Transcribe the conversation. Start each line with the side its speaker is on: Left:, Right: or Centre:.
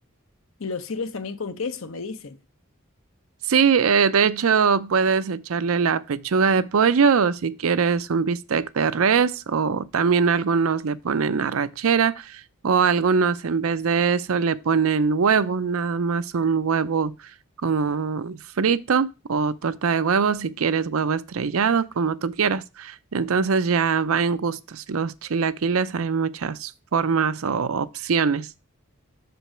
Left: y lo sirves también con queso, me dice.
Right: Sí, eh, de hecho puedes echarle la pechuga de pollo o si quieres un bistec de res o también algunos le ponen arrachera o algunos en vez de eso le ponen huevo, nada más un huevo como frito o torta de huevo si quieres huevo estrellado, como tú quieras. Entonces ya va en gustos. Los chilaquiles hay muchas formas o opciones.